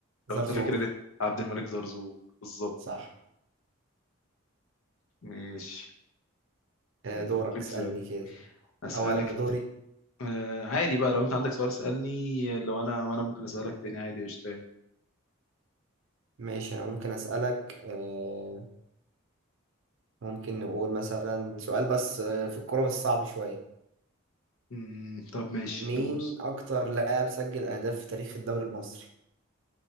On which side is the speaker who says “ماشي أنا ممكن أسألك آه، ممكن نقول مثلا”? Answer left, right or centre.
Right